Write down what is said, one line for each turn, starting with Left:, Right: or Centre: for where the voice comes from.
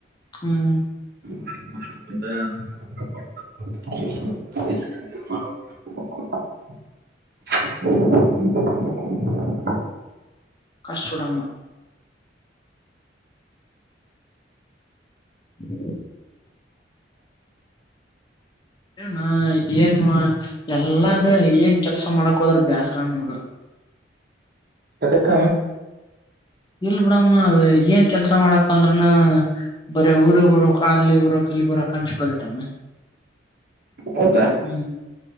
Left: ಹ್ಮ್
Right: <unintelligible> ಹಲೋ <unintelligible>
Left: ಕಷ್ಟಪಡಾಮ್ಮ ಹ್ಮ <unintelligible> ಏ ಏನ್ ಎಲ್ಲ ಅದೇ ಏನ್ ಕೆಲಸ ಮಾಡಕ್ ಹೋದ್ರೂ ಬೇಸರ ನೋಡು
Right: ಯಾಕಕ
Left: ಇಲ್ ಬಿಡಮ್ಮ ಅ ಏನ್ ಕೆಲಸ ಮಾಡಕ್ ಅಂದ್ರನ ಬರೀ ಊರಿಗೆ ಬರೋಕ್ ಅಲ್ಲಿ ಬರೋಕ್ ಇಲ್ಲಿ ಬರೋಕ್ ಅನಿಸಿ ಬಿಡತ್ತ
Right: ಹೌದಾ
Left: ಹ್ಮ್